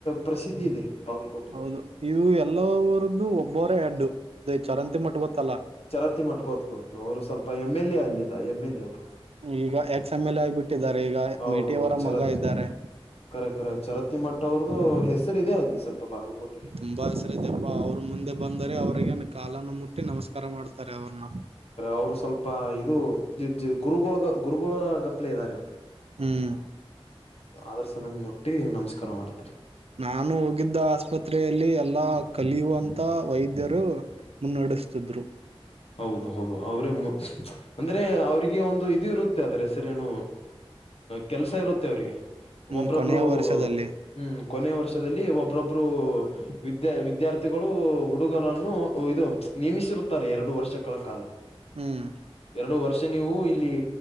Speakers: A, on the left (about 85°); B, on the right (about 80°).
A: ಪ್ರಸಿದ್ಧಿ ಇದೆ. ಬಾಗಲಕೋಟೆ
B: ಹೌದು ಇದು ಎಲ್ಲವರದ್ದು ಒಬ್ಬರ ಎಡ್ಡು ಅದೇ ಚರಂತಿ ಮಟ್ಟ ಗೊತ್ತಲ್ಲಾ
A: ಚರಾತಿ ಮಾಟ್ಟು ಕೊತ್ ಗೊತ್ತುು ಅವ್ರು ಸ್ವಲ್ಪ ಎಮ್ ಎಲ್ ಎ ಅಲ್ಲಿಗ ಎಂ ಎಲ್ ಎ ಅವ್ರು.
B: ಈಗ ಎಕ್ಸ್ ಎಮ್ ಎಲ್ ಎ ಆಗ್ಬಿಟ್ಟಿದ್ದಾರೆ ಇಗ
A: ಹೌದು
B: ಮೇಟಿ
A: ಹೌದು
B: ಅವರ
A: ಚರತ್ತಿಮಠ
B: ಮಗ ಇದ್ದಾರೆ.
A: ಕರೆ ಕರೆ ಚರತ್ತಿ ಮಠ್ ಅವ್ರ್ದು ಹೆಸರಿದೆ ಅಲ್ಲಿ ಸ್ವಲ್ಪ ಬಾಗಲಕೋಟೆೆಯಲ್ಲಿ.
B: ತುಂಬಾ ಹೆಸರ ಇದಪ್ಪಾ ಅವ್ರರು ಮುಂದೆ ಬಂದರೆ ಅವ್ರಗ ಕಾಲನ್ನು ಮುಟ್ಟಿ ನಮಸ್ಕಾರ ಮಾಡ್ತಾರೆ ಅವ್ರನ್ನ.
A: ಅವ್ರು ಸ್ವಲ್ಪ ಇದು ಇಜ್ಜು ಗುರುಗಳಿಗೆ ಗುರುಗಳೇ ಗಪ್ಲೆ ಇದ್ದಾರೆ.
B: ಹ್ಮ್
A: ಅವ್ರ್ ಸಲ ಮುಟ್ಟಿ ನಮಸ್ಕಾರ ಮಾಡ್ತರೆ.
B: ನಾನು ಹೋಗಿದ್ದ ಆಸ್ಪತ್ರೆಯಲ್ಲಿ ಎಲ್ಲ ಕಲಿಯುವಂಥ ವೈದ್ಯರು ಮುನ್ನಡೆಸ್ತಿದ್ರು.
A: ಹೌದು ಹೌದು ಅವರೇ <unintelligible> ಅಂದ್ರೆ ಅವ್ರಿಗೆ ಒಂದು ಇದು ಇರುತ್ತೆ ಆದ್ರೆ ಸರಿ ಏನು ಕೆಲ್ಸ ಇರುತ್ತೆ ಅವ್ರಿಗೆ.
B: ಹ್ಮ್
A: ಒಬ್ರೊಬ್ರು.
B: ಕೊನೆಯ ವರ್ಷದಲ್ಲಿ
A: ಹ್ಮ್ ಕೊನೆ ವರ್ಷದಲ್ಲಿ ಒಬ್ಬ್ರೊಬ್ರು ವಿದ್ಯಾ ವಿದ್ಯಾರ್ಥಿಗಳು ಹುಡುಗರನ್ನ ಹೇ ಉದಯ್ ನಿಯಮಿಸಿರುತ್ತಾರೆ ಎರಡು ವರ್ಷಗಳ ಕಾಲ
B: ಹ್ಮ್
A: ಎರಡು ವರ್ಷ. ನೀವು ಇಲ್ಲಿ